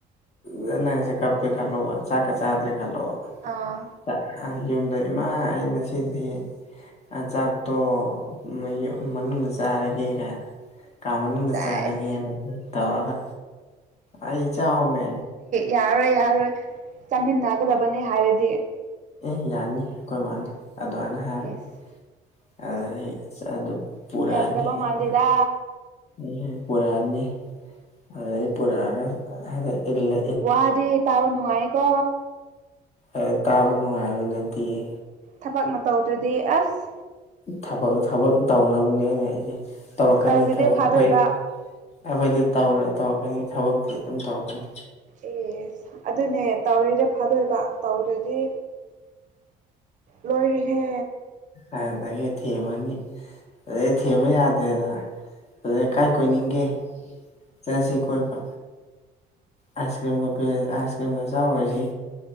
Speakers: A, on the left; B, on the right.
A: ꯗ ꯅꯪꯁꯦ ꯀꯞꯄꯦ ꯈꯜꯂꯣꯕ ꯆꯥꯛꯀ ꯆꯥꯗ꯭ꯔꯦ ꯈꯜꯂꯣꯕ
B: ꯑꯥ
A: ꯗ ꯑ ꯌꯨꯝꯗ ꯏꯃꯥ ꯑꯩ ꯉꯁꯤꯗꯤ ꯑ ꯆꯥꯛꯇꯣ ꯃꯌꯨ ꯃꯅꯨꯡꯗ ꯆꯥꯔꯒꯦ ꯒꯥꯏꯅ ꯀꯥ ꯃꯅꯨꯡꯗ
B: ꯆꯥꯏꯁ
A: ꯆꯥꯔꯒꯦꯅ ꯇꯧꯔꯒ ꯑꯩ ꯆꯥꯎꯃꯦ
B: ꯌꯥꯔꯣꯏ ꯌꯥꯔꯣꯏ ꯆꯥꯃꯤꯟꯅꯒꯗꯕꯅꯦ ꯍꯥꯏꯔꯗꯤ
A: ꯑꯦ ꯌꯥꯅꯤ ꯑꯈꯣꯏ ꯃꯥꯅ ꯑꯗ꯭ꯋꯥꯏꯅ ꯍꯥꯏꯔꯣꯏ
B: ꯑꯦꯁ
A: <unintelligible> ꯑꯁ ꯑꯗꯨ ꯄꯨꯔꯥꯑꯅꯤ
B: ꯌꯥꯒꯗꯕ ꯃꯥꯟꯗꯦꯗ
A: ꯑꯟꯅ <unintelligible> ꯄꯨꯔꯑꯅꯤ ꯑꯗꯩ ꯄꯨꯔꯛꯑꯔꯣꯢ ꯑ ꯍꯥꯢꯗꯤ ꯏꯜꯂꯦ
B: ꯋꯥꯗꯤ ꯇꯥꯕ ꯅꯨꯡꯉꯥꯏꯀꯣ
A: ꯑꯦ ꯇꯥꯕ ꯅꯨꯡꯉꯥꯏꯕ ꯅꯇꯤꯌꯦ
B: ꯊꯕꯛꯅ ꯇꯧꯗ꯭ꯔꯗꯤ ꯑꯁ
A: ꯊꯕꯛ ꯊꯕꯛ ꯇꯧꯅꯕꯅꯦ ꯑꯩꯅ ꯍꯥꯏꯖꯦ ꯇꯧꯔꯛꯀꯅꯤ
B: ꯇꯧꯔꯤꯗꯤ
A: ꯊꯕꯛ
B: ꯐꯥꯗꯣꯏꯕ
A: ꯑꯩꯈꯣꯏ ꯑꯩꯈꯣꯏꯗꯤ ꯇꯧꯔ ꯇꯧꯔꯛꯀꯅꯤ ꯊꯕꯛꯇꯤ ꯑꯗꯨꯝ ꯇꯧꯔꯛꯀꯅꯤ
B: ꯑꯦꯁ ꯑꯗꯨꯅꯦ ꯇꯧꯔꯤꯗꯣ ꯐꯥꯗꯣꯏꯕ ꯇꯧꯗ꯭ꯔ ꯗꯤ ꯂꯣꯏꯔꯤꯍꯦ
A: ꯑꯗꯨꯗꯒꯤ ꯊꯦꯝꯃꯅꯤ ꯑꯗꯩ ꯊꯦꯝꯕ ꯌꯥꯗ꯭ꯔꯦꯗꯅ ꯑꯗꯨꯗꯩ ꯀꯥꯏ ꯀꯣꯏꯅꯤꯡꯒꯦ ꯆꯁꯤ ꯀꯣꯏꯕ ꯑꯥꯏꯁ ꯀ꯭ꯔꯤꯝꯒ ꯄꯤꯔ ꯑꯥꯏꯁ ꯀ꯭ꯔꯤꯝꯒ ꯆꯥꯎꯔꯖꯤ